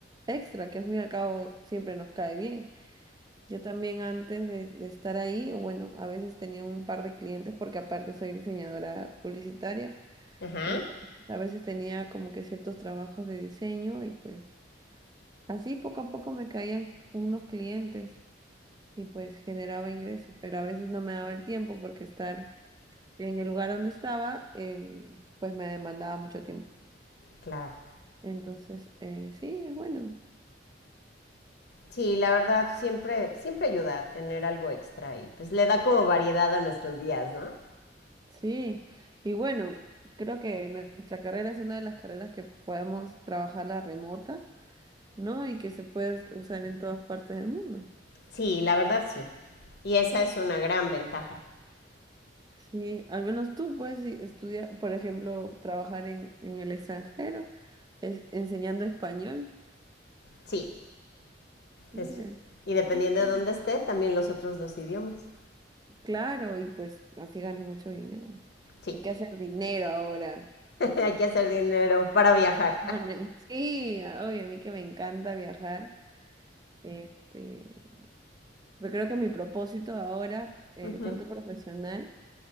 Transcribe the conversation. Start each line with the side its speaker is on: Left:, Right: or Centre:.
Right: extra, que al fin y al cabo siempre nos cae bien. Yo también antes de, de estar ahí, o bueno, a veces tenía un par de clientes porque aparte soy diseñadora publicitaria.
Left: ajá.
Right: Entonces, a veces tenía como que ciertos trabajos de diseño y pues así poco a poco me caían unos clientes y pues generaba ingreso, pero a veces no me daba el tiempo porque estar en el lugar donde estaba em, pues me demandaba mucho tiempo.
Left: Claro.
Right: Entonces, eh, sí, es bueno.
Left: Sí, la verdad, siempre, siempre ayuda a tener algo extra y pues le da como variedad a nuestros días, ¿no?
Right: Sí, y bueno, creo que nuestra carrera es una de las carreras que podemos trabajarla remota, ¿no? Y que se puede usar en todas partes del mundo.
Left: Sí, la verdad sí. Y esa es una gran ventaja.
Right: Sí, al menos tú puedes i- estudiar, por ejemplo, trabajar en, en el extranjero, es- enseñando español.
Left: Sí,
Right: Ah,
Left: Es-
Right: Mira,
Left: y dependiendo
Right: qué chévere.
Left: de dónde esté, también los otros dos idiomas.
Right: Claro, y pues así ganas mucho dinero.
Left: sí.
Right: Hay que hacer dinero ahora.
Left: <laughs> Hay que hacer dinero para viajar.
Right: Bueno, Sí, oye, a mí que me encanta viajar, este, pero creo que mi propósito ahora,
Left: <laughs>
Right: eh,
Left: Ujú.
Right: tanto profesional